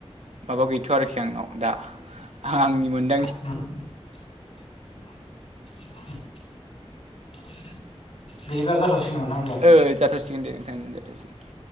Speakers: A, on the right (about 80°); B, on the left (about 60°).
A: माबा गैथ'आ आरोखि आंनाव दा आंनि मोनदां
B: <inaudible> बिदिब्ला जाथ'सिगोन नोंथां दे।
A: ओ जाथ'सिगोन दे नोंथां ओं जाथ'सिगोन।